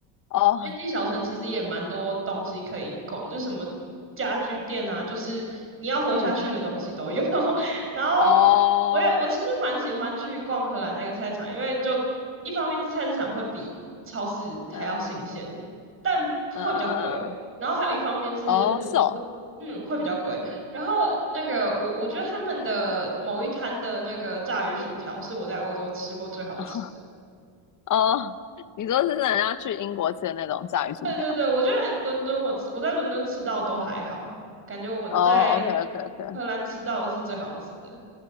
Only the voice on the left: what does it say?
哦，
嗯，
哦，
嗯
嗯嗯嗯，嗯，
哦，是哦，
<laughs> 哦，你说是人家去英国吃的那种炸鱼薯条，
哦，OK OK OK，